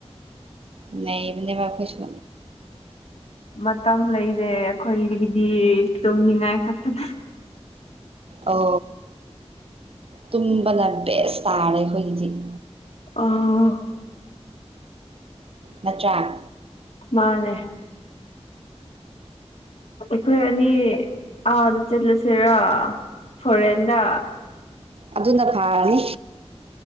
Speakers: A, on the right (about 55°); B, on the left (about 70°).
A: ꯅꯩꯕꯅꯦꯕ ꯑꯩꯈꯣꯏꯁꯨ
B: ꯃꯇꯝ ꯂꯩꯔꯦ ꯑꯩꯈꯣꯏꯒꯤꯗꯤ ꯇꯨꯝꯅꯤꯡꯉꯥꯏ ꯈꯛꯇꯅꯦ
A: ꯑꯣ ꯇꯨꯝꯕꯅ ꯕꯦꯁ ꯇꯥꯔꯦ ꯑꯩꯈꯣꯏꯒꯤꯗꯤ
B: ꯑꯥ
A: ꯅꯠꯇ꯭ꯔ
B: ꯃꯥꯅꯦ ꯑꯩꯈꯣꯏ ꯑꯅꯤ ꯑꯥꯗ ꯆꯠꯂꯁꯤꯔꯥ ꯐꯣꯔꯦꯟꯗ
A: ꯑꯗꯨꯅ ꯐꯥꯔꯅꯤ